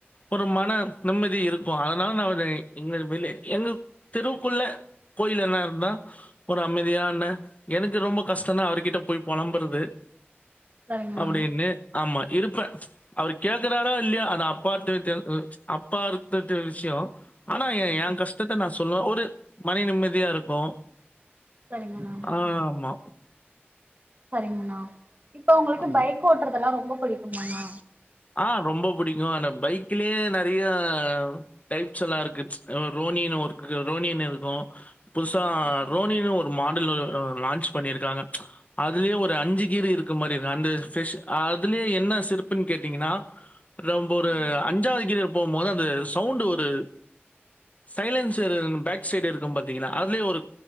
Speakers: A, on the left; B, on the right.
A: ஒரு மன நிம்மதி இருக்கும் அதனால நான் எங்க வெள்ள எங்க தெருக்குள்ள கோயில் என்ன இருந்தான் ஒரு அமைதியான எனக்கு ரொம்ப கஷ்டம் தான் அவர்கிட்ட போய் புழம்புறது
B: சரிங்கண்ணா
A: அப்டின்னு ஆமா இருப்பேன் அவரு கேக்குறாரா இல்ல அது அப்பார்த் அப்பார்துட்ட விஷயம் ஆனா என் என் கஷ்டத்த நான் சொல்லுவேன ஒரு மணி நிம்மதியா இருக்கும்
B: சரிங்கண்ணா
A: ஆஹ் ஆமா
B: சரிங்கணா இப்ப உங்களுக்கு
A: ஆமா.
B: பைக் ஓட்டுறதெல்லாம் ரொ ரொம்ப பிடிக்குமா நா
A: ஆஹ் ரொம்ப புடிக்கும் ஆனா பைக்லே நரியா டைய்ப்ஸ்யெல்லாம் இருக்கு ரோனின்னு ஒன் ச் ரோனினு இருக்கும் புதுசா
B: ஓகேண்ணா
A: ரோனின்னு ஒரு மாடல் லான்ச் பண்ணியிருக்காங்க அதுலயே ஒரு அஞ்சு கீர் இருக்கு மாதிரி இருக்கு அந்த ஷ அதுலே என்ன சிறப்புனு கேட்டீங்கனா நம்பொரு
B: சரிங்கண்ணா
A: அஞ்சாவது கீருக்கு போம் போது அந்த சவுண்ட் ஒரு சைலன்சரு பேக் சைடு இருக்கும் பாத்தீங்கனா அதுலயே ஒரு